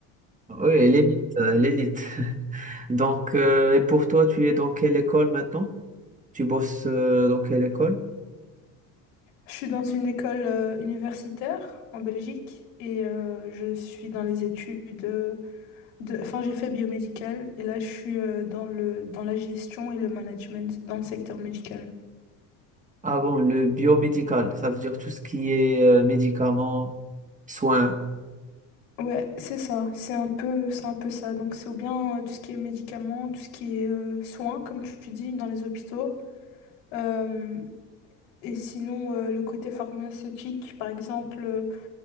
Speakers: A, on the right (about 20°); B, on the left (about 85°).
A: Oui, l'élite, euh, l'élite. <laughs> Donc, euh, et pour toi, tu es dans quelle école maintenant? Tu bosses euh, dans quelle école?
B: Je suis dans une école euh, universitaire en Belgique et euh, je suis dans les études euh, de... Enfin, j'ai fait biomédical et là, je suis euh, dans le... dans la gestion et le management dans le secteur médical.
A: Ah bon, le biomédical, ça veut dire tout ce qui est euh, médicaments, soins.
B: Ouais, c'est ça. C'est un peu, c'est un peu ça. Donc, c'est ou bien euh, tout ce qui est médicaments, tout ce qui est euh, soins, comme tu dis, dans les hôpitaux. Euh, et sinon, euh, le côté pharmaceutique, par exemple, euh,